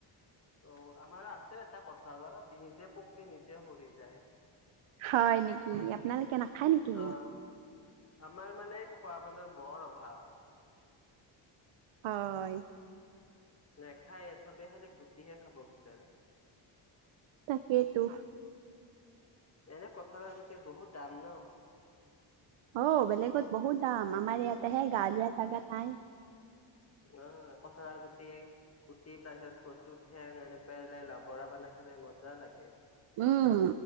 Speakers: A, on the left (about 30°); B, on the right (about 70°).
A: অ, আমাৰ আছে এটা কঁঠালট নিজে পকে, নিজে সৰি যায়।
B: হয় নেকি আপোনালোকে নাখায় নেকি?
A: অ, আমাৰ মানে খোৱা মানুহৰ বৰ অভাৱ। <unintelligible>
B: হয়।
A: নাখায় ছবে খালী গুটিহে, খাব বিচাৰে।
B: তাকেইেতো।
A: এনে কঁঠালৰ গুটিৰ বহুত দাম ন।
B: অ, বেলেগত বহুত দাম। আমাৰ ইয়াতে হে গাৱঁলীয়া জাগাত নাই।
A: অ, কঁঠালৰ গুটি গুটি, তাৰ পিছত কচুৰ ঠেং, এনেকুৱালাই লভৰা বনাই খালে মজা লাগে।
B: উম,